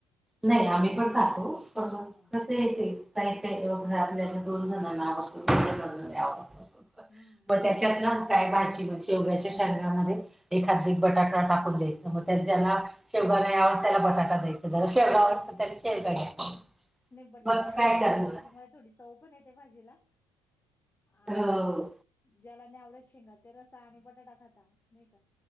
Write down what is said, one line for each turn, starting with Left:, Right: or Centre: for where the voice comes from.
Centre: नाही, आम्ही पण खातोच पण म
Left: हा
Centre: कसंय ते का कायी कायी घरातल्याना दोन जणांना आवडतो दोन जणना नाही आवडत
Left: हम्म
Centre: मग त्याच्यात ना काय भाजी ब शेवग्याच्या शेगांमध्ये एखाद बटाटा टाकून द्यायचा. मग त्यात ज्याला शेवगा नाही आवडत त्याला बटाटा द्यायचा ज्याला शेवगा आवडत
Left: हं
Centre: त्याला शेवगा
Left: हं
Centre: द्यायचा
Left: नायी बटाटा
Centre: मग
Left: आम्ही
Centre: काय
Left: टाकतो
Centre: करणार
Left: त्याच्यामुळे थोडीशी चव पण येते भाजीला आणि
Centre: हो
Left: ज्याला नाही आवडत शेंगा ते रस्सा आणि बटाटा खाता नायी का?